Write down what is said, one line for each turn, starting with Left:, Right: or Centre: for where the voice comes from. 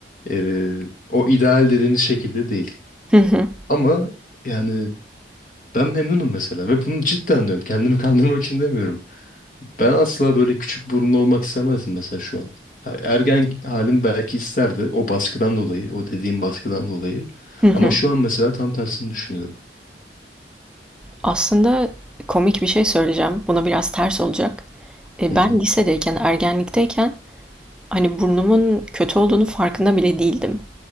Left: eee, o ideal dediğimiz şekilde değil.
Centre: Hı hı.
Left: Ama yani ben memnunum mesela ve bunu cidden diyorum. Kendimi <laughs> kandırmak için demiyorum. Ben asla böyle küçük burunlu olmak istemezdim mesela şu an. Ha, Ergen halim belki isterdi o baskıdan dolayı, o dediğim baskıdan dolayı.
Centre: Hı hı.
Left: Ama şu an mesela tam tersini düşünüyorum.
Centre: Aslında komik bir şey söyleyeceğim. Buna biraz ters olacak. E,
Left: Hı
Centre: ben
Left: hı,
Centre: lisedeyken, ergenlikteyken hani burnumun kötü olduğunu farkında bile değildim.